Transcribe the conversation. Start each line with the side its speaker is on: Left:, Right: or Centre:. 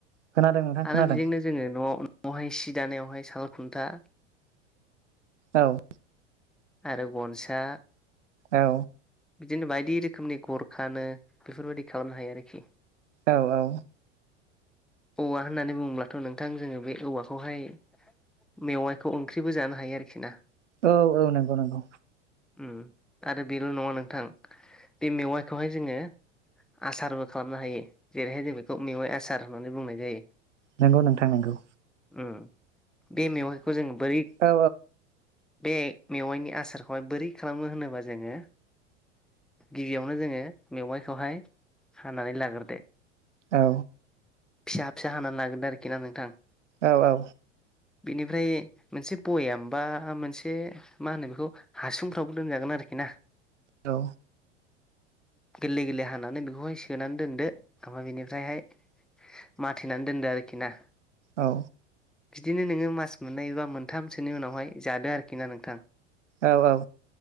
Right: खोनादों नोंथां खोनादों
Centre: आरो बेजोंनो जोङो न' महाय सि दानायावहाय साल खुनथा
Right: औ।
Centre: आरो गनसा
Right: औ।
Centre: बिदिनो बायदि रोखोमनि गरखानो बेफोरबायदि खालामनो हायो आरोखि।
Right: औ औ।
Centre: औवा होननानै बुङोबथ' नोंथां जोङो बे औवाखौहाय मेवाइखौ ओंख्रिबो जानो हायो आरोखि ना।
Right: औ औ नोंगौ नोंगौ।
Centre: उम आरो बेल' नङा नोंथां बे मेवाइखौहाय जोङो आसारबो खालामनो हायो। जेरैहाय जों बेखौ मेवाइ आसार होननानै बुंनाय जायो।
Right: नोंगौ नोंथां नोंगौ।
Centre: उम। बे मेवाइखौ जोङो बोरै
Right: औ
Centre: बे मेवाइनि आसारखौहाय बोरै खालामो होनोबा जोङो। गिबियावनो जोङो मेवाइखौहाय हानानै लागोरदो।
Right: औ।
Centre: फिसा फिसा हानानै लागोरदो आरोखि ना नोंथां।
Right: औ औ।
Centre: बेनिफ्राय मोनसे बयाम बा मोनसे मा होनो बेखौ हासुंफ्रावबो दोनजागोन आरोखि ना।
Right: औ।
Centre: गोरलै गोरलै हानानै बेखौहाय सोनानै दोनदो ओमफ्राय बेनिफ्रायहाय माथेनानै दोनदो आरोखि ना।
Right: औ।
Centre: बिदिनो नोङो मास मोननै बा मोनथामसोनि उनावहाय जादो आरोखि ना नोंथां।
Right: औ औ।